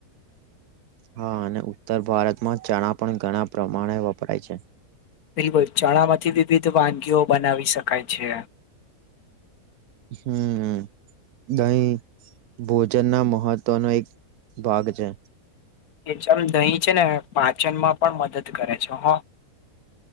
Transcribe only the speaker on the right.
હા અને ઉત્તર ભારતમાં ચણા પણ ઘણા પ્રમાણે વપરાય છે
હમ દહી ભોજન ના મહત્વનો એક ભાગ છે